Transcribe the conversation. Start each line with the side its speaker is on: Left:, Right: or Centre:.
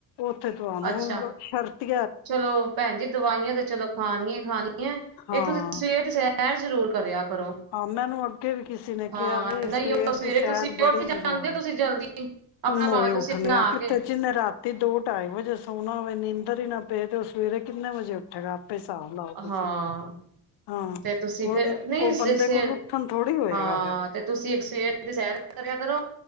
Left: ਉੱਥੇ ਤੁਹਾਨੂੰ
Right: ਅੱਛਾ
Left: ਸ਼ਰਤੀ
Right: ਚਲੋ ਭੈਣ ਜੀ ਦਵਾਈਆਂ ਤੇ ਚਲੋ ਖਾਨੀਆਂ ਹੀ ਖਾਣੀਆਂ
Left: ਹਾਂ
Right: ਇਹ ਤੁਸੀਂ ਸਵੇਰ ਦੀ ਸੈਰ ਜ਼ਰੂਰ ਕਰਿਆ ਕਰੋ
Left: ਹਾਂ ਮੈਨੂੰ ਅੱਗੇ ਵੀ ਕਿਸੇ ਨੇ
Right: ਹਾਂ
Left: ਕਿਹਾ ਵੇ
Right: ਨਹੀਂ
Left: ਸਵੇਰ
Right: ਉਹ ਸਵੇਰੇ
Left: ਦੀ ਸੈਰ
Right: ਤੁਸੀਂ
Left: ਬੜੀ
Right: ਉੱਠ ਜਾਂਦੇ
Left: ਜ਼ਰੂਰ
Right: ਹੋ ਤੁਸੀਂ ਜਲਦੀ
Left: ਕਿ
Right: ਆਪਣਾ
Left: ਮੋਏ
Right: ਭਾਵੇਂ ਤੁਸੀਂ
Left: ਉੱਠਣੇ
Right: ਨਹਾ
Left: ਆ ਕਿਤੇ
Right: ਕੇ
Left: ਜਿੰਨੇ ਰਾਤੀ ਦੋ ਢਾਈ ਵਜੇ ਸੌਣਾ ਹੋਵੇ ਨੀਂਦਰ ਹੀ ਨਾ ਪਏ ਤੇ ਉਹ ਸਵੇਰੇ ਕਿੰਨੇ ਵਜੇ ਉਠੇਗਾ। ਹਿਸਾਬ ਲਾਓ ਤੁਸੀਂ
Right: ਹਾਂ
Left: ਹਾਂ
Right: ਤੇ ਤੁਸੀਂ
Left: ਉਹ
Right: ਫਿਰ
Left: ਉਹ ਬੰਦੇ
Right: ਸ
Left: ਕੋਲ ਉੱਠਣ ਥੋੜ੍ਹੀ ਹੋਏਗਾ
Right: ਹਾਂ
Left: ਫਿਰ
Right: ਤੇ ਤੁਸੀਂ ਇੱਕ ਸਵੇਰ ਦੀ ਸੈਰ ਕਰਿਆ ਕਰੋ।